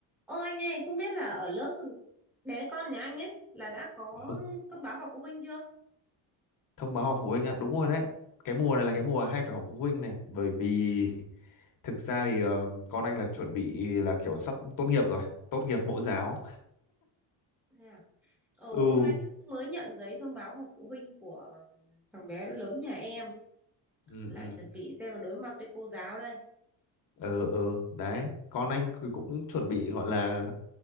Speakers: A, in the centre; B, on the left.
A: Ô anh ơi, không biết là ở lớp bé con nhà anh ấy là đã có
B: Ừ,
A: thông báo họp phụ huynh chưa?
B: thông báo họp phụ huynh ạ, đúng rồi đấy. Cái mùa này là cái mùa hay phải họp phụ huynh này, bởi vì thực ra thì ờ, con anh là chuẩn bị là kiểu sắp tốt nghiệp rồi, tốt nghiệp mẫu giáo.
A: Yeah. Ồ,
B: Ừ,
A: hôm nay em cũng mới nhận giấy thông báo họp phụ huynh của ừ, thằng bé lớn nhà em,
B: ừ,
A: lại
B: ừ,
A: chuẩn bị xem mà đối mặt với cô giáo đây.
B: ừ, ừ, đấy. Con anh thì cũng chuẩn bị gọi là